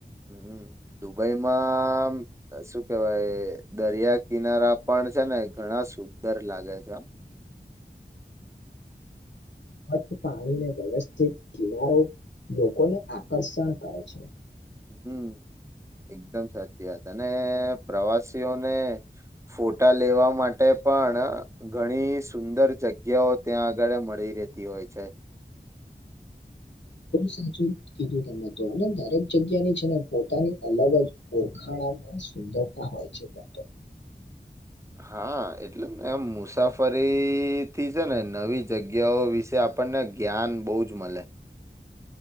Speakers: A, on the right; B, on the left.
A: હમ દુબઈમાં શું કેવાય દરિયા કિનારા પણ છે ને ઘણા સુંદર લાગે છે
B: સ્ચ્છ પાણીને વ્યવસ્થિત કિનારો લોકોને આકર્ષણ કરે છે
A: હમ એકદમ સાચી વાત અને પ્રવાસીઓને ફોટા લેવા માટે પણ ઘણી સુંદર જગ્યાઓ ત્યાં આગળ મળી રહેતી હોય છે <inaudible>
B: ખૂબ સાચું કીધું તમે તો અને દરેક જગ્યાની છે ને પોતાની અલગ જ ઓરખાણમાં સુંદરતા હોય છે બે
A: <inaudible> હા એટલેને એમ મુસાફરીથી છે ને નવી જગ્યાઓ વિશે આપ આપણને જ્ઞાન બહુ જ મળે